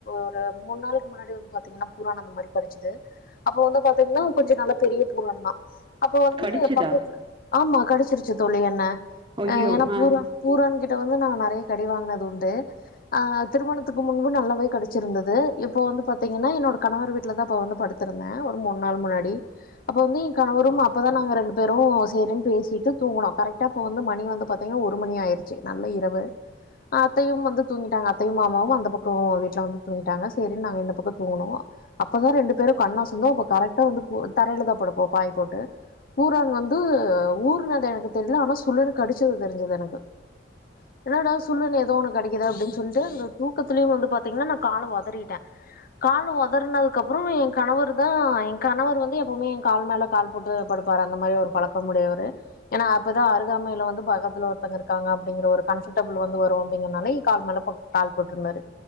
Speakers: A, on the left; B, on the right.
A: ஒரு மூணு நாளைக்கு முன்னாடி வந்து பார்த்தீங்கன்னா பூரான் அந்த மாரிகடச்சுது அப்ப வந்து பாத்தீங்கன்னா கொஞ்சம் நல்ல பெரிய பூரான் தான் அப்ப வந்து
B: கடிச்சுதா
A: பக்கத்து ஆமா கடிச்சிருச்சு தோழி என்ன
B: ஐயோ
A: அ ஏன்னா
B: ஆ
A: பூரா பூரான் கிட்ட <unintelligible> வந்து நறைய கடி வாங்கினது உண்டு் ஆ திருமணத்துக்கு முன்பு நல்லாவே கடிச்சிருந்தது இப்ப வந்து பாத்தீங்கன்னா என்னோட கணவர் வீட்டுல தான் இப்போ வந்து படுத்து ந்த ஒரு மூன் நாள் முன்னாடி அப்பவந்து என் கணவரும் அப்பதான் நாங்க ரண்டு பேரும் சேரின்னு பேசிட்டு தூங்குனோ கரெக்டாஅப்போ வந்து மணி வந்து பாத்திங்கனா ஒரு மணி ஆயிடுச்சி நல்ல இரவு அத்தையும் வந்து தூங்கிட்டாங்க அத்தையும் மாமாவும் அந்த பக்கம் வீட்ல வந்து தூங்கிட்டாங்க சேரினு நாங்க இந்த பக்கம் தூங்குனோ அப்பதான் ரெண்டு <unintelligible> கண்ணசந்தோ கரெக்டா வந்து தரையில தான்படுப்போம் பாய் போட்டு பூரான் வந்து ஊர்னது எனக்கு தெரியல ஆனா சுல்லுனு கடிச்சது தெரிஞ்சது எனக்கு என்னடா சுல்லுனு ஏதோ ஒண்ணு கடிக்குதே அப்டின்னு சொல்டு அந்த தூக்கத்திலய வந்து பாத்தீங்கன்னா நா கால ஒதறிட்டே கால ஒதறனதுக்கு அப்புறம் கணவர் தான் என் கணவர் வந்து எப்பவுமே என் கால் மேல கால் போட்டு படுப்பாரு அந்த மாரி ஒரு பழக்கம் உடையவரரு ஏன்னா அப்பதான் அருகாமையில வந்து பக்கத்துல ஒருத்தவங்க இருக்காங்க அப்படிங்கற ஒரு கம்ஃபர்டபிள் வந்து வரும் அப்படிங்கறனால கால் மேல கால் போட்டுருந்தாரு